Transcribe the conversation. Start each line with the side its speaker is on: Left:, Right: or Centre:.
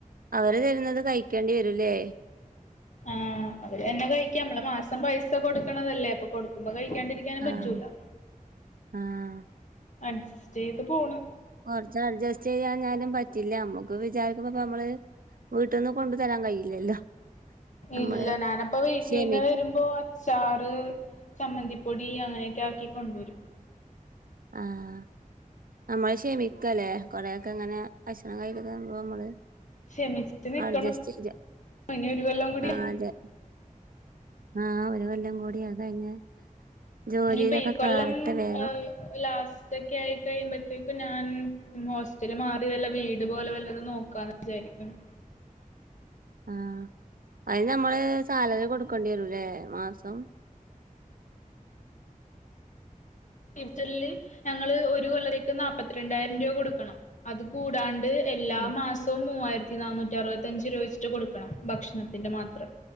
Right: അവര് തരുന്നത് കഴിക്കേണ്ടി വരൂലേ
Left: ആഹ് അവര് തന്നെ കഴിക്കാം നമ്മള് മാസം പൈസ കൊടുക്കണതല്ലേ അപ്പൊ കൊടുക്കുമ്പോ കഴിക്കാണ്ടിരിക്ക നും പറ്റൂല്ലല്ലോ
Right: ആഹ് ആഹ്
Left: അഡ്ജസ്റ്റ് ചെയ്ത് പോണ്
Right: കോറച്ച് അഡ്ജസ്റ്റ് ചെയ്യാ ഞാനും പറ്റില്ല നമ്മക്ക് വിചാരിക്കുമ്പോപ്പ നമ്മള് വീട്ടന്ന് കൊണ്ടു തരാൻ കഴിയില്ലല്ലോ നമ്മള്
Left: ഇല്ല ഞാനിപ്പ വീട്ടീന്ന്
Right: ക്ഷമി
Left: വര് വരുമ്പോ അച്ചാറ് ചമ്മന്തിപ്പൊടി അങ്ങനെയൊക്കെ ആക്കി കൊണ്ടുവരും
Right: ആഹ് നമ്മള് ക്ഷമിക്കല്ലേ കൊറേയൊക്കെ ഇങ്ങനെ ഭക്ഷണം കഴിക്കുന്ന നമ്മള്-
Left: ക്ഷമിച്ച് നിക്കണം
Right: അഡ്ജസ്റ്റ് ചെയ്യ
Left: ഇനി ഒരു കൊല്ലം കൂടി-
Right: ആഹ് അതെ ആഹ് ഒരു കൊല്ലം കൂടി അത് കഴിഞ്ഞ- ജോലിയിലൊക്കെ
Left: ഇനിപ്പ ഈ കൊല്ലം
Right: കേറട്ടെ വേഗം
Left: എഹ്- ലാസ്റ്റ് ഒക്കെ ആയി കഴിയുമ്പോത്തേക്കും ഞാൻ ഹോസ്റ്റല് മാറി വല്ല വീട് പോലെ വല്ലത് നോക്കാന്ന് വിജാരിക്കണം.
Right: ആഹ് അതിന് നമ്മള് സാലറി കൊടുക്കേണ്ടി വരുല്ലേ മാസം?
Left: കിച്ചൺല് ഞങ്ങള് ഒരു കൊല്ലരേക്ക് നാല്പ്പത്തിരണ്ടായിരം രൂപ കൊടുക്കണം അത് കൂടാണ്ട്- എല്ലാ
Right: ആഹ്
Left: മാസവും മൂവായിരത്തി നാനൂറ്റി അറുപത്തഞ്ച് രൂപ വെച്ചിട്ട് കൊടുക്കണം ഭക്ഷണത്തിൻ്റെ മാത്രം.